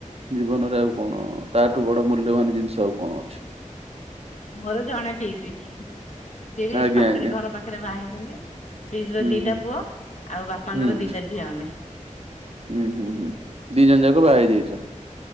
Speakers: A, on the right; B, on the left.
A: ଜୀବନରେ ଆଉ କଣ ତାଠୁ ବଡ ମୂଲ୍ୟବାନ ଜିନିଷ ଆଉ କଣ ଅଛି।
B: ମୋର ଜଣେ ପିଇସି ସିଏ ସେଇଠି
A: ଆଜ୍ଞା
B: ପାଖରେ
A: ଆଜ୍ଞା
B: ଘର ପାଖରେ ବାହା ହେଇଛନ୍ତି। ପିଇସୀ
A: ହୁଁ
B: ର ଦିଟା
A: ହୁଁ।
B: ପୁଅ ଆଉ ବାପାଙ୍କର
A: ହୁଁ ହୁଁ
B: ଦିଟା ଝିଅ ଆମେ।
A: ହୁଁ ହୁଁ ହୁଁ ଦି ଜଣ ଯାକ ବାହା ହେଇ ଯାଇଛ।